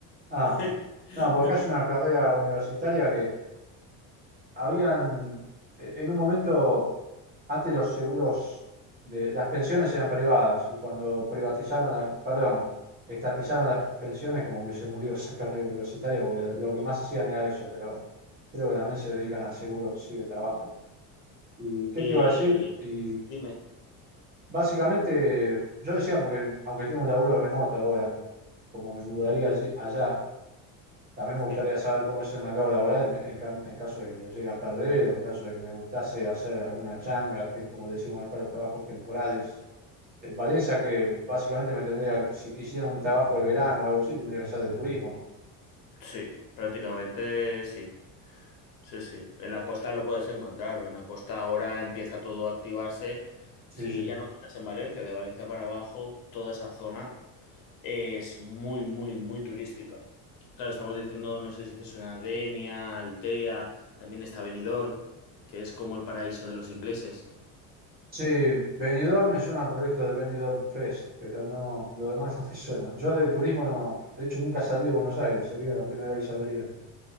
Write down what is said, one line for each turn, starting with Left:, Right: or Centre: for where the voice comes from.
Right: Ah,
Left: <laughs>
Right: no, porque acá es una carrera universitaria que habían, eh, en un momento, antes los seguros de las pensiones eran privadas y cuando privatizaron, la- perdón, estatizaron las pensiones, como que se murió <laughs> esa carrera universitaria porque lo, lo que más hacían era eso, pero creo que también se dedican a seguros, sí, de trabajo. ¿Y qué
Left: Eh,
Right: te iba a decir? Y
Left: dime,
Right: básicamente, yo decía, porque aunque tengo un laburo remoto ahora, como me mudaría allí- allá. También me gustaría
Left: sí.
Right: saber cómo es el mercado laboral en, en cam- en caso de que lo llegue a perder o en caso de que me gustase hacer alguna changa, que es como decimos acá los trabajos temporales. En Valencia, que básicamente me tendría, si quisiera un trabajo de verano o algo así, tendría que ser de turismo.
Left: Sí, prácticamente sí. Sí, sí. En la costa lo puedes encontrar. En la costa ahora empieza todo a activarse.
Right: Sí,
Left: Si
Right: sí.
Left: ya no buscas en Valencia, de Valencia para abajo, toda esa zona es muy, muy, muy turística. Claro, estamos diciendo, no sé si te suena Denia, Altea, también está Benidorm, que es como el paraíso de los ingleses.
Right: Sí, Benidorm me suena por esto del Benidorm Fest, pero no, lo demás no me suena. Yo de turismo no, de hecho nunca salí de Buenos Aires, sería la primera que saldría.